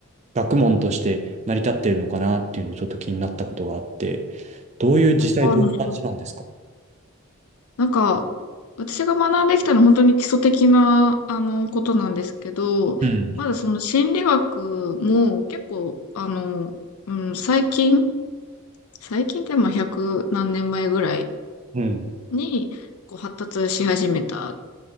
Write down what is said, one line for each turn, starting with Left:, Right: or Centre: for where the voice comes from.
Right: 学問として成り立ってるのかなっていうのをちょっと気になったことがあって、どういう、実際どういう感じなんですか
Left: あーなるほど。なんか、私が学んできたのは本当に基礎的な、あの、ことなんですけど、
Right: うん。
Left: まだその心理学も結構、あの、うん、最近、最近ってまあ100何年前ぐらい
Right: うん。
Left: に、こう発達し始めた。